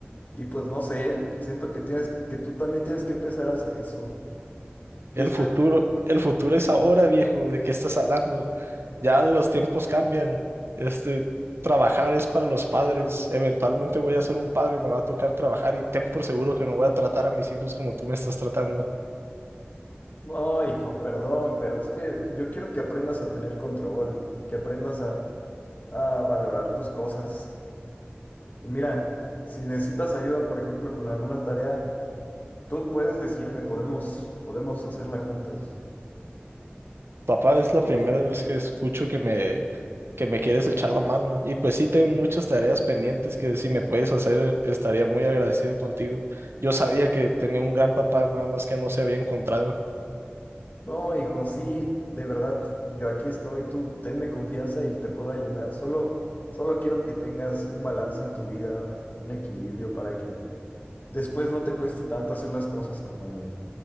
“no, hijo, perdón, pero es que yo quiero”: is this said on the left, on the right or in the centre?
Left